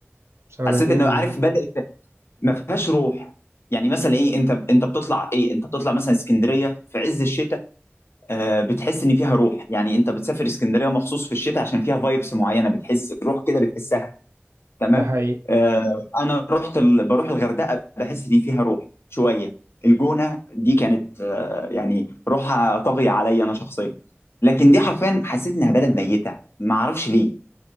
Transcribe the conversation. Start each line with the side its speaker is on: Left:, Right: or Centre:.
Right: سنتين
Left: حسيت انه عارف بدات ما فيهاش روح يعني مثلا ايه انت انت بتطلع ايه انت بتطلع مثلا اسكندريه في عز الشتاء آه، بتحس ان فيها روح يعني انت بتسافر اسكندريه مخصوص في الشتاء عشان فيها فايبس معينه بتحس روح كده بتحسها تمام
Right: ده حقيقي
Left: آه، انا رحت ال... بروح الغردقه بحس ان فيها روح شويه الجونه دي كانت آه، يعني روحها طاغيه عليا انا شخصيا لكن دي حرفيا حسيت انها بلد ميته ما اعرفش ليه